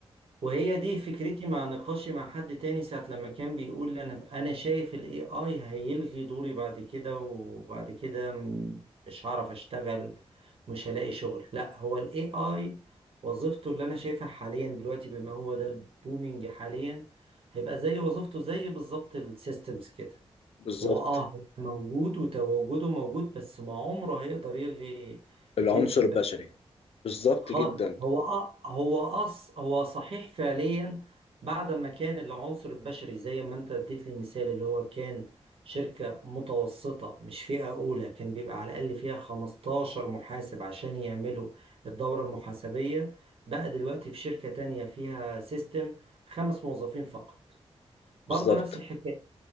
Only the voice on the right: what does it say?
وهي دي فكرتي مع نقاشي مع حد تاني ساعة لما كان بيقول انا انا شايف الاي اي هيلغي دوري بعد كده وبعد كده م- مش هعرف اشتغل مش هلاقي شغل لا هو الاي اي وظيفته اللي انا شايفها حاليا دلوقتي بما هو ده البومينج حاليا هيبقى زي وظيفته زي بالظبط السيستمز كده
هو اه هيبقى موجود وتواجده موجود بس ما عمره هيقدر يلغي
الجنس
خالص
هو أ- هو أص هو صحيح فعليا بعد ما كان العنصر البشري زي ما انت اديت لي مثال اللي هو كان شركة متوسطة مش فئة أولى كان بيبقى على الأقل فيها 15 محاسب عشان يعملوا الدورة المحاسبية بقى دلوقتي في شركة تانية فيها سيستم خمس موظفين فقط
برضه نفس الحكاية